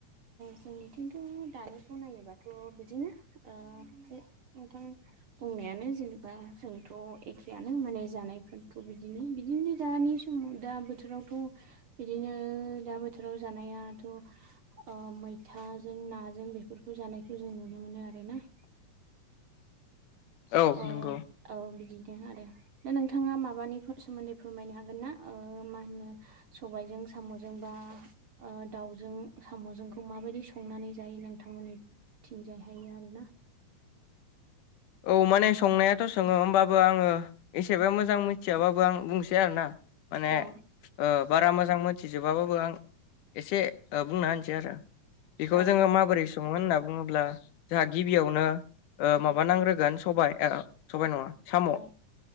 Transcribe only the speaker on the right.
जोंनिथिंथ' दानिखौ नायोबाथ' बिदिनो ओ नोंथां बुंनायानो जेनेबा जोंथ' एखेयानो माने जानायफोरखौ बिदिनो बिदिनो दानि दा बोथोरावथ' बिदिनो दा बोथोराव जानायाथ' ओ मैथाजों नाजों बेफोरखौ जानायखौ जों नुनो मोनो आरोना
अ
औ बिदिनो आरो दा नोंथांआ माबानिफोर सोमोन्दै फोरमायनो हागोन ना ओ मा होनो सबायाइजों साम'जों बा ओ दाउजों साम'जोंखौ माबादि संनानै जायो नोंथांमोनि थिंजायहायो आरो ना
औ
औ
औ